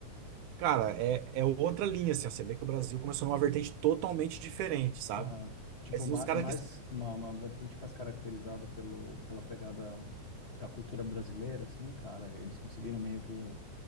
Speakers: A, on the right; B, on the left.
A: Cara, é, é outra linha, assim. ó, Você vê que o Brasil começou numa vertente totalmente diferente, sabe?
B: Aham. Tipo,
A: Mas
B: ma-
A: os caras
B: mais
A: que.
B: uma, uma vertente mais caracterizada pelo, pela pegada da cultura brasileira, assim, cara. Eles conseguiram meio que